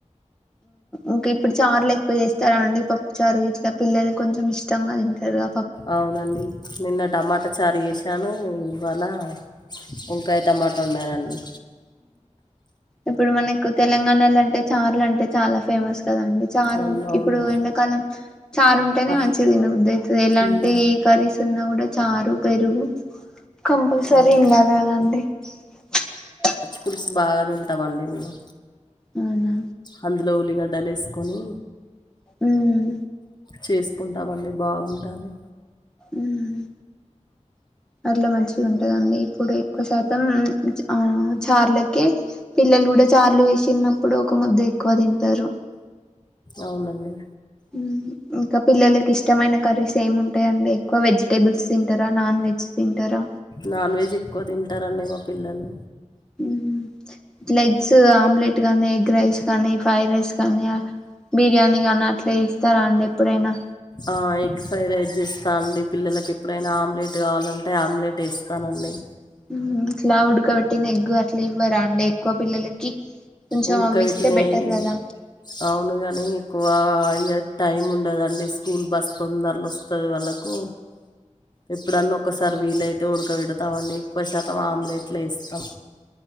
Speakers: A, in the centre; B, on the left.
A: ఇంకా ఇప్పుడు చార్లు ఎక్కువ చేస్ స్తారా అండి పప్పు చారు గిట్లా పిల్లలు కొంచెం ఇష్టంగా తింటారుగ
B: అవునండి నిన్న టమాటా చా చారు చేసాను ఇవాళ వంకాయి టమాటా వండనండీ
A: ఇప్పుడు మనకు తెలంగాణలో అంటే చారులు అంటే చాలా ఫేమస్ కదండి చారు
B: అవునవును.
A: ఇప్పుడు ఎండకాలం చారు ఉంటేనే
B: పచ్
A: మంచిదినబుద్ది అవుతది ఎలాంటి
B: హ్మ్.
A: కరీస్ ఉన్నా కూడా చారు పెరుగు కంపల్సరీ
B: అవును.
A: ఉండాలి కదాండి ప్చ్.
B: ఫ్రూట్స్ బాగా తింటామండి మేము.
A: అవునా
B: అంత్ ఉల్లిగడ్డలేసుకొని.
A: ఉమ్
B: చేసుకుంటామండి బాగుంటది.
A: ఉమ్ పిల్లలు మంచిగా తింటారండి ఇప్పుడు ఎక్కువ శాతం ఆ చార్లకే పిల్లలు కూడా చార్లు చేసిన్నప్పుడు ఒక ముద్ద ఎక్కువ తింటారు.
B: అవునండి
A: ఉమ్ ఇంకా ప్ పిల్లలకి ఇష్టమైన కరీస్ ఏం ఉంటా ఎం ఎక్కువ వెజ్. టేబుల్స్ తింటారా నాన్ వెజ్ తింటారా.
B: నాన్ వెజ్ ఎక్కువ తింటారండి మా పిల్లలు.
A: ఉమ్ ఇట్లా ఎగ్స్ ఆమ్లెట్ గాని ఎగ్ రైస్ కానీ ఫ్రైడ్ రైస్ కానీ ఆహ్ బిర్యానీ గాని అట్లా చేస్తారా అండి ఎప్పుడైనా.
B: ఆహ్ ఎగ్ ఫ్రైడ్ రైస్ చేస్తానండి పిల్లలలకు ఎప్పుడైనా ఆమ్లెట్ కావాలంటే ఆమ్లెట్ వేస్తానండి.
A: ఉమ్ ఇట్లా ఉడకబెట్టిన ఎగ్గు అట్లా ఇవ్వరా అండి ఎక్కువ పిల్లలకి. కొంచెం
B: ఉడకబెట్టినవి
A: అవి ఇస్తే బెటర్ కదా
B: అవును గాని ఎక్కువ ఆయిల్. టైమ్ ఉండదండి స్కూల్ బస్ తొందరలో వస్తు వస్తది వాళ్ళకు. ఇప్పుడన్నా ఒకసారి వీలు అయితే ఉడకబెట్ చేతామండి ఎక్కువ శాతం ఆమ్లెట్లే వేస్తాం.